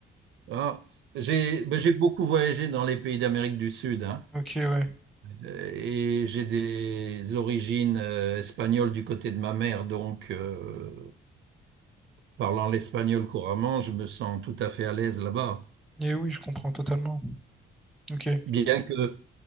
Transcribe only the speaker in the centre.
Ok, ouais.
Et oui, je comprends totalement. Ok.